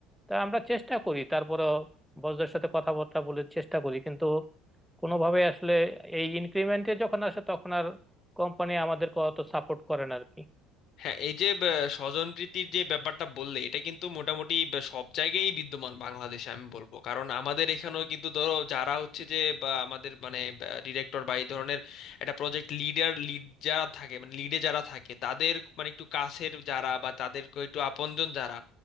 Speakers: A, in the centre; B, on the left (about 60°).
A: তা আমরা চেষ্টা করি তারপরে বসদের সাথে কথাবার্তা বলে চেষ্টা করি কিন্তু কোনোভাবে আসলে এই ইনক্রিমেন্টে যখন আসে তখন আর কোম্পানি আমাদেরকে অত সাপোর্ট করে না আর কি
B: হ্যাঁ এই যে আহ, স্বজনপ্রীতির যে ব্যাপারটা বললে এটা কিন্তু মোটামুটি আহ, সব জায়গায় বিদ্যমান বাংলাদেশে আমি বলবো কারণ আমাদের এখানেও কিন্তু ধরো যারা হচ্ছে যে বা আমাদের মানে ডিরেক্টর বা এই ধরনের একটা প্রজেক্ট লিডার লিড যারা থাকে মানে লিডে যারা থাকে তাদের মানে একটু কাছের যারা বা তাদের ক- একটু আপনজন যারা